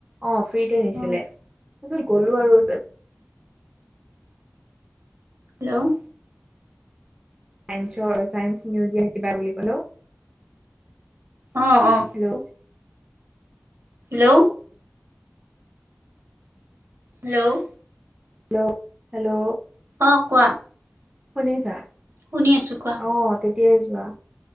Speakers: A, on the right; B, on the right.
A: অ ফ্ৰীতে নিছিলে,
B: অ',
A: তাৰপিছত গলো আৰু চে
B: হেল্ল'?
A: চাইন্সৰ চাইন্স মিউজিয়াম কিবা বুলি কলো।
B: অ অ।
A: Hello
B: hello? Hello!
A: Hello! Hello?
B: অ কোৱা?
A: শুনিছা?
B: শুনি আছো কোৱা?
A: অ তেতিয়াই যোৱা।